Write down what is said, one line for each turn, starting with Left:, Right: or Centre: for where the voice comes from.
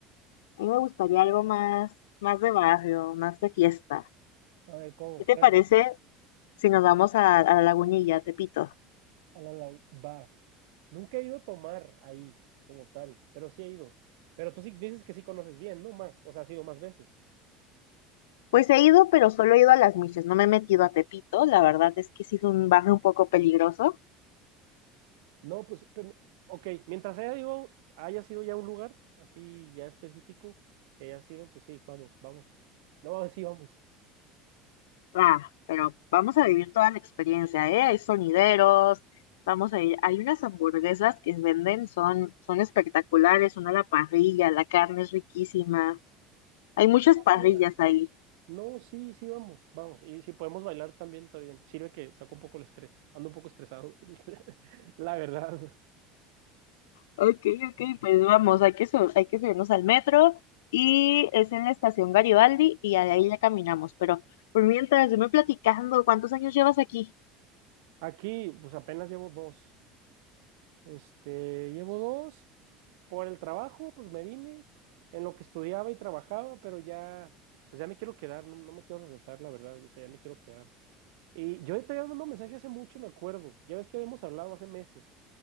Left: A mí me gustaría algo más, más de barrio, más de fiesta.
Right: A ver, ¿cómo?
Left: ¿Qué te
Right: Pero
Left: parece si nos vamos a, a la Lagunilla, a Tepito?
Right: A la lau- va. Nunca he ido a tomar ahí, como tal, pero sí he ido. Pero tú sí dices que sí conoces bien, ¿no? Más, o sea, has ido más veces.
Left: Pues he ido, pero solo he ido a Las Miches, no me he metido a Tepito. La verdad es que sí es un barrio un poco peligroso.
Right: No, pues, pe- ok, mientras haya ido, haya sido ya un lugar así ya específico que haya sido, pues sí, vamos, vamos. No, <laughs> sí, vamos.
Left: Ah, pero vamos a vivir toda la experiencia, ¿eh? Hay sonideros, vamos a ir. Hay unas hamburguesas que venden, son, son espectaculares, son a la parrilla, la carne es riquísima. Hay muchas parrillas
Right: ¡Hala!
Left: ahí.
Right: No, sí, sí, vamos, vamos. Y si podemos bailar también, está bien. Sirve que saco un poco el estrés. Ando un poco estresado, <laughs> la verdad.
Left: Ok, ok, pues vamos, hay que sub- hay que subirnos al metro y es en la estación Garibaldi y de ahí ya caminamos. Pero por mientras, yo me platicando, ¿cuántos años llevas aquí?
Right: Aquí, pues apenas llevo dos. Este, llevo dos. por el trabajo, pues me vine en lo que estudiaba y trabajaba, pero ya, pues ya me quiero quedar, no, no me quiero regresar, la verdad, yo, o sea, ya me quiero quedar. Y yo te había mandado un mensaje hace mucho, me acuerdo, ya ves que habíamos hablado hace meses,